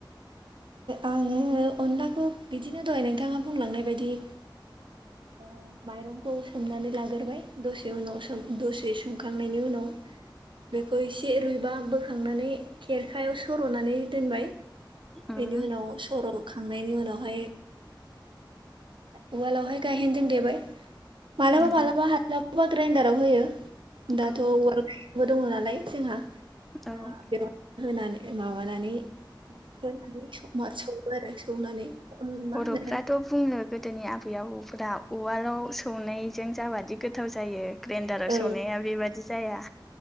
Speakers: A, on the right; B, in the centre.
A: आङो अनलाखौ बिदिनो दहाय नोंथाङा बुंलांनाय बायदि। औ। माइरंखौ सोमनानै लाग्रबाय दसे उनाव दसे सोमखांनायनि उनाव। बेखौ एसे रुइबा बोखांनानै खेरखायाव सर'नानै दोनबाय।
B: उम
A: बेनि उनाव सर'। खांनायनि उनावहाय उवालावहाय गायहेनदोंों देबाय। मालाबा
B: नंगौ
A: माबलाबा हास्लाबबा ग्राइन्दाराव होयो दाथ'
B: औ
A: वार। बो दङ नालाय जोंहा
B: औ
A: दा बेव होनानै माबानानै। साया सौो आरो सौनानै। अन मा
B: बर'फ्राथ'
A: होनो
B: बुङ गोदोनि आबै आबौफोराव। उवालाव सौनायजों जाबादि गोथाव जायो ग्रेन्डाराव
A: औ
B: सौनाया बेबादि जाया।